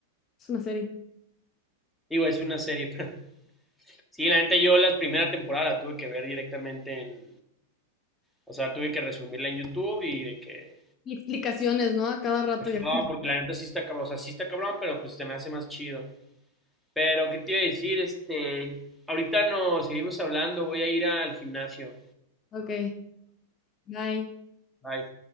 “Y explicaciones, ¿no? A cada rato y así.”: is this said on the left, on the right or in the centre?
Left